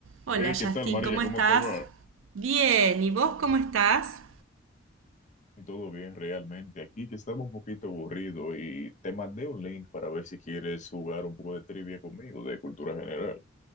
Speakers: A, on the right; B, on the left.
A: Hola
B: Hey,
A: Justin,
B: ¿qué tal, María?
A: ¿cómo
B: ¿Cómo
A: estás?
B: te va?
A: Bien, ¿y vos cómo estás?
B: Todo bien, realmente. Aquí que estaba un poquito aburrido y te mandé un link para ver si quieres jugar un poco de trivia conmigo de cultura general.